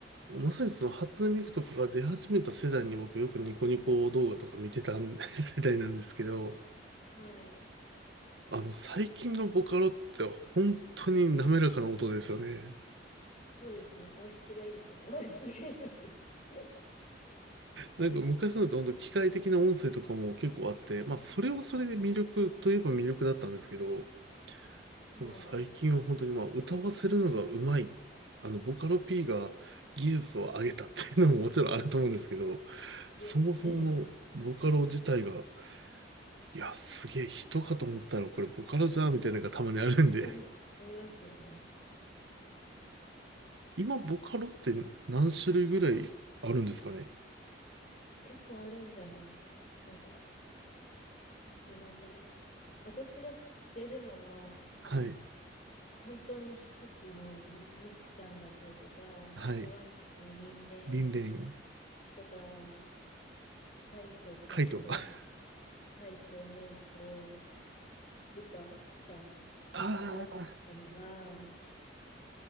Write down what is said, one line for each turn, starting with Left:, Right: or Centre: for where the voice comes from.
Right: まさにその初音ミクとかが出始めた世代に僕よくニコニコ動画とか見てたん <laughs> 世代なんですけど、
Left: はい。
Right: あの最近のボカロって本当に滑らかな音ですよね。
Left: そうですね。音質がいいですよね。音質がいいですよね。<laughs>
Right: なんか昔のって本当機械的な音声とかも結構あって、まあそれはそれで魅力といえば魅力だったんですけど、
Left: はい。
Right: なんか最近は本当にまあ歌わせるのがうまい。あのボカロ P が技術を上げたっていうのももちろんあると思うんですけど、そもそものボカロ自体が
Left: ですね。
Right: いや、すげえ人かと思ったらこれボカロじゃーみたいなのがたまにあるんで。
Left: <laughs>
Right: <laughs>
Left: ありますよね。
Right: 今ボカロって何種類ぐらいあるんですかね
Left: 結構あるんじゃないですか。なんか、だってなんか、私が知ってるのは、は、
Right: はい。
Left: 本当に初期のみみくちゃんだったりとか、
Right: はい。
Left: 鏡めりんれん
Right: リンレン、
Left: とか、海斗くんとか、
Right: カイト。<laughs>
Left: 海斗めいこ、ルカさん
Right: ああ、
Left: ぐらいだったのが、